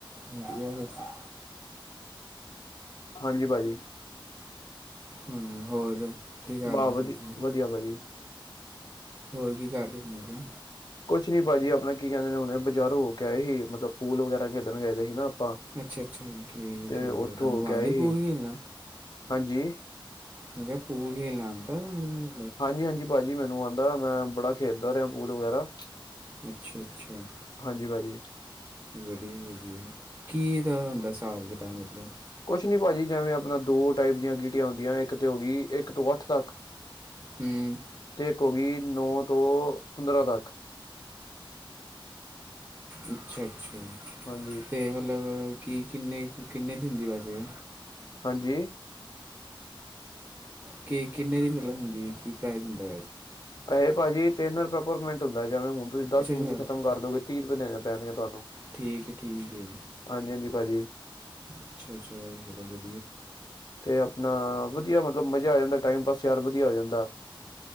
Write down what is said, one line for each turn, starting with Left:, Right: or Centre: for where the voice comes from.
Right: ਵਧੀਆ।
Left: ਹਾਂਜੀ ਭਾਜੀ।
Right: ਹੂ ਹੋਰ। ਕੀ ਕਰ
Left: ਬਾਹ
Right: ਰਹੇ
Left: ਵਧੀਆ
Right: ਸੀ ਤੁਸੀਂ
Left: ਵਧੀਆ ਭਾਜੀ।
Right: ਹੋਰ ਕੀ ਕਰ ਰਹੀ ਸੀ ਮੈਂ ਕਿਹਾ।
Left: ਕੁਛ ਨੀ ਭਾਜੀ ਆਪਣਾ ਕੀ ਕਹਿੰਦੇ ਨੇ ਬਜ਼ਾਰ ਹੋ ਕੇ ਆਏ ਸੀ ਮਤਲਬ ਪੂਲ ਵਗੈਰਾ ਖੇਡਣ ਗਏ ਸੀ ਨਾ। ਆਪਾਂ
Right: ਅੱਛਾ ਅੱਛਾ ਠੀਕ ਹੈ
Left: ਤੇ
Right: ਠੀਕ
Left: ਉੱਥੋਂ
Right: ਹੈ ਤੁਹਾਨੂੰ
Left: ਹੋ ਕੇ
Right: ਆਉਂਦੀ
Left: ਆਏ ਸੀ
Right: ਪੂਲ ਖੇਲਣਾ
Left: ਹਾਂਜੀ
Right: ਮੈਂ ਕਿਹਾ ਪੂਲ ਖੇਲਣਾ ਆਉਦਾ ਤੈਨੂੰ।
Left: ਹਾਂਜੀ ਹਾਂਜੀ ਭਾਜੀ ਮੈਨੂੰ ਆਦਾ ਮੈਂ ਬੜਾ ਖੇਡਦਾ ਰਿਹਾ ਪੂਲ ਵਗੈਰਾ।
Right: ਅੱਛਾ ਅੱਛਾ।
Left: ਹਾਂਜੀ ਭਾਜੀ
Right: ਵਧੀਆ ਵਧੀਆ ਕਿ ਦਾ ਹੁੰਦਾ ਹਿਸਾਬ ਕਿਤਾਬ ਮਤਲਬ।
Left: ਕੁਛ ਨਹੀਂ ਭਾਅਜੀ ਜਿਵੇਂ ਆਪਣਾ ਦੋ ਟਾਈਪ ਦੀਆਂ ਗੀਟੀਆਂ ਹੁੰਦੀਆਂ ਇੱਕ ਤੇ ਹੋ ਗਈ ਇੱਕ ਤੋਂ ਅੱਠ ਤੱਕ।
Right: ਹੂੰ
Left: ਤੇ ਇਕ ਹੋ ਗਈ ਨੌ ਤੋਂ। ਪੰਦਰਾਂ ਤੱਕ।
Right: ਅੱਛਾ ਅੱਛਾ
Left: ਹਾਂਜੀ
Right: ਤੇ ਮਤਲਬ। ਕਿ ਕਿੰਨੇ ਕੁ ਕਿੰਨੇ ਦਿੰਦੀ ਵੈਸੇ।
Left: ਹਾਂਜੀ।
Right: ਕਿ ਕਿੰਨੇ ਦੀ ਮਤਲਬ ਹੁੰਦੀ ਕੀ ਪ੍ਰਾਈਜ ਹੁੰਦਾ।
Left: ਇਹ ਭਾਜੀ ਤਿੰਨ ਰੁਪਏ ਪਰ ਮਿੰਟ ਹੁੰਦਾ ਜਿਵੇ ਹੁਣ ਤੁਸੀਂ ਦਸ
Right: ਅੱਛਾ
Left: ਮਿੰਟ
Right: ਅੱਛਾ
Left: ਚ ਖਤਮ ਕਰ ਦੋਗੇ ਤੀਹ ਰੁਪਏ ਦੇਣੇ ਪੈਣਗੇ ਤੁਹਾਨੂੰ।
Right: ਠੀਕ ਹੈ ਠੀਕ ਹੈ।
Left: ਹਾਂਜੀ ਹਾਂਜੀ ਭਾਜੀ
Right: ਅੱਛਾ ਅੱਛਾ ਬਬ
Left: ਤੇ ਆਪਣਾ ਵਧੀਆ ਮਤਲਬ ਮਜ਼ਾ ਆ ਜਾਂਦਾ ਟਾਈਮ ਪਾਸ ਯਾਰ ਵਧੀਆ ਵਧੀਆ ਹੋ ਜਾਂਦਾ।